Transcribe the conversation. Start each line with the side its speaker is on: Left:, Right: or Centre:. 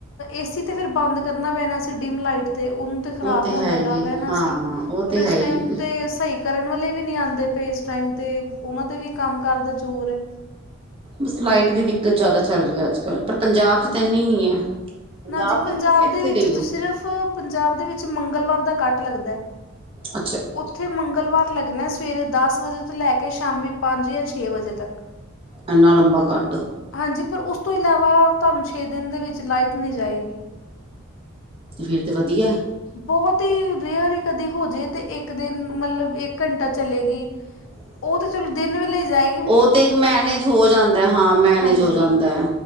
Left: ਏਸੀ ਤੇ ਫਿਰ ਬੰਦ ਕਰਨਾ ਪੈਣਾ ਸੀ ਡਿਮ ਲਾਈਟ ਤੇ ਉਨ ਤੇ ਖ਼ਰਾਬ
Right: ਉਹ
Left: ਹੋਣ
Right: ਹੈ
Left: ਦਾ
Right: ਹੀ
Left: ਡਰ
Right: ਏ
Left: ਰੈਂਣਾ
Right: ਹਾਂ
Left: ਸੀ
Right: ਉਹ ਤੇ
Left: ਔਰ ਇਸ
Right: ਹੈ ਹੀ
Left: ਟਾਈਮ
Right: ਏ ਫਿਰ
Left: ਤੇ ਸਈ ਕਰਨ ਵਾਲੇ ਵੀ ਨਈ ਆਂਦੇ ਪਏ ਇਸ ਟਾਈਮ ਤੇ ਉਹਨਾਂ ਦੇ ਵੀ ਕੰਮ ਕਾਰ ਦਾ ਜ਼ੋਰ ਐ।
Right: ਬਸ ਲਾਈਟ ਦੀ ਦਿੱਕਤ ਜਾਦਾ ਚੱਲ ਰਈ ਅੱਜ ਕੱਲ ਪਰ ਪੰਜਾਬ
Left: ਪਰ
Right: 'ਚ ਤੇ ਏਨੀ ਨਈ ਐ ਪੰਜਾਬ
Left: ਨਾ ਜੀ
Right: ਦੇ ਤੁਸੀਂ ਇੱਥੇ
Left: ਵਿੱਚ
Right: ਦੇਈਓ।
Left: ਸਿਰਫ ਪੰਜਾਬ ਦੇ ਵਿੱਚ ਮੰਗਲਵਾਰ ਦਾ ਕੱਟ ਲੱਗਦਾ।
Right: ਅੱਛਾ
Left: ਉੱਥੇ ਮੰਗਲਵਾਰ ਲੱਗਣਾ ਸਵੇਰੇ ਦਸ ਵਜੇ ਤੋਂ ਲੈ ਕੇ ਸ਼ਾਮੀ ਪੰਜ ਜਾਂ ਛੇ ਵਜੇ ਤੱਕ
Right: ਇੰਨਾ ਲੰਬਾ ਕੱਟ
Left: ਹਾਂਜੀ ਪਰ ਉਸ ਤੋਂ ਇਲਾਵਾ ਤੁਹਾਨ ਛੇ ਦਿਨ ਦੇ ਵਿੱਚ ਲਾਈਟ ਨਈ ਜਾਏਗੀ
Right: ਫਿਰ ਤੇ ਵਧੀਆ
Left: ਬਹੁਤ ਹੀ ਰੇਅਰ ਹੀ ਕਦੇ ਹੋਜੇ ਤੇ ਇੱਕ ਦਿਨ ਮਤਲਬ ਇੱਕ ਘੰਟਾ ਚਲੇਗੀ।
Right: <inaudible>
Left: ਓ ਤੇ ਚਲੋ ਦਿਨ ਵੇਲੇ ਜਾਏ।
Right: ਓ ਤੇ ਇੱਕ ਮੈਨੇਜ ਹੋ ਜਾਂਦਾ ਹਾਂ ਮੈਨੇਜ
Left: ਹਾਂਜੀ।
Right: ਹੋ ਜਾਂਦਾ ਐ।